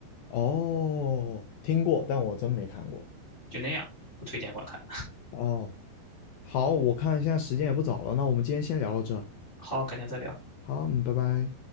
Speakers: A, on the left; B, on the left.
A: 哦，听过，但我真没看过。
B: 就那样，不推荐观看。
A: 哦，好，我看现在时间也不早了，那我们今天先聊到这儿。
B: 好，改天再聊。
A: 好，嗯，拜拜。